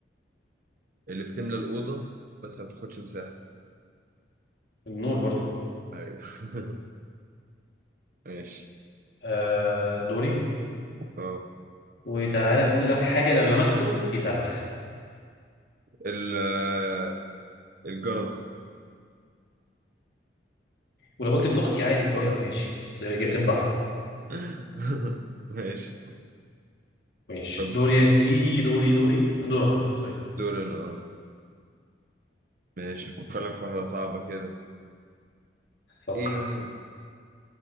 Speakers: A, on the right; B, on the left.
A: اللي بتملى الأوضة بس ما بتاخدش مساحة
B: النور برضو
A: أيوة <laughs> ماشي
B: أه... دوري
A: اه
B: وتعالى نقول لك حاجة لو لمسته يصرخ
A: ال- آه، الجرس
B: ولو قلت ابن أختي عادي كنت أقول لك ماشي بس جبتين صح
A: <laughs> ماشي
B: ماشي
A: طب
B: دوري يا سيدي دوري دوري دورك سوري
A: دور انا اه ماشي افكر لك في واحدة صعبة كده
B: فكر
A: ايه